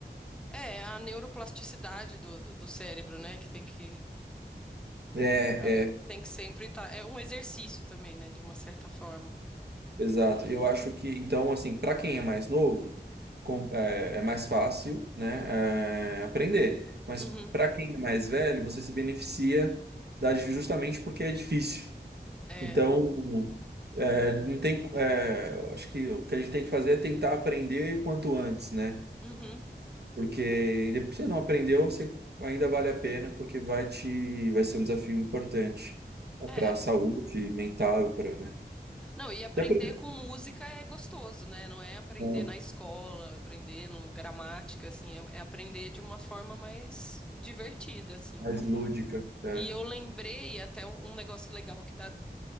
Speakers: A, in the centre; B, on the right.
A: É, a neuroplasticidade do, do, do cérebro, né? Que tem que
B: É,
A: Ah,
B: é,
A: Tem que sempre estar. É um exercício também, né? De uma certa forma.
B: exato. Eu acho que, então, assim, para quem é mais novo, com- é, é mais fácil, né, é, aprender. Mas
A: Uhum.
B: para quem é mais velho, você se beneficia da, justamente porque é difícil.
A: É.
B: Então, é, não tem, é, eu acho que o que a gente tem que fazer é tentar aprender o quanto antes, né?
A: Uhum.
B: Porque depois você não aprendeu, você ainda vale a pena, porque vai te, vai ser um desafio importante
A: É.
B: para a saúde mental, para, né?
A: Não, e aprender
B: Até pra,
A: com música é gostoso, né? Não é aprender
B: é,
A: na escola, aprender no gramática, assim, é, é aprender de uma forma mais divertida, assim.
B: mais lúdica. é.
A: E eu lembrei até um negócio legal que dá pra